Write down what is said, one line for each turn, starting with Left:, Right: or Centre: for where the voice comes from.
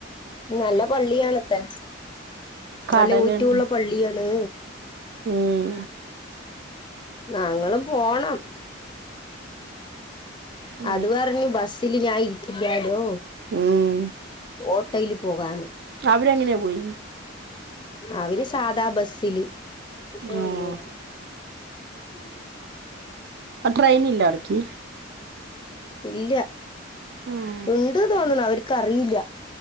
Left: നല്ല പള്ളിയണത്തെ
Right: കടലുണ്ട്
Left: നല്ല ഊറ്റുള്ള പള്ളിയാണ്
Right: ഉം
Left: നങ്ങളും പോണം
Right: ഉം
Left: അത് പറഞ്ഞ് ബസില് ഞാൻ ഇരിക്കില്ലാലോ
Right: ഉം.
Left: ഓട് ട്ടോയിൽ പോകാന്ന്
Right: അവര് എങ്ങനെ പോയി
Left: അവര് സാധാ ബസില് കുട്ടിൾ
Right: ആഹ്
Left: ഇണ്ടെയിന്നെ ഉം
Right: ട്രെയിനില്ലേ അവിക്ക്
Left: ഇല്ല
Right: ഉം
Left: ഉണ്ട് തോന്നണു അവർക്ക്റിയില്ല